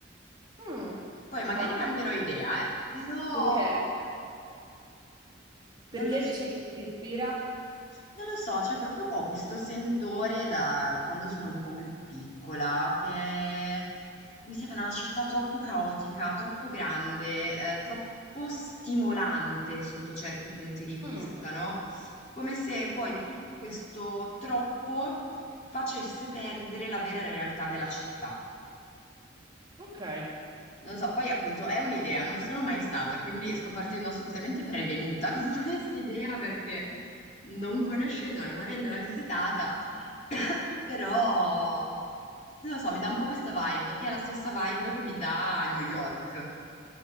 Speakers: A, on the right; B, on the left.
A: Mm.
B: Poi magari
A: Ma,
B: cambierò idea, eh, però
A: ok. Perché
B: non lo so.
A: dici che ti ispira?
B: Non lo so, cioè proprio qua ho questo sentore da, da quando sono un po' più piccola, che mi sembra una città troppo caotica, troppo grande, eh, troppo stimolante sotto certi punti di vista,
A: Mm.
B: no? Come se poi tutto questo troppo facesse perdere la vera realtà della città.
A: Ok,
B: Non so, poi appunto è un'idea, non sono mai stata, quindi sto partendo assolutamente prevenuta <laughs> con quest'idea perché non conoscendola, non avendola visitata, <coughs> però non lo so, mi dà un po' questa vibe, che è la stessa vibe che mi dà New York.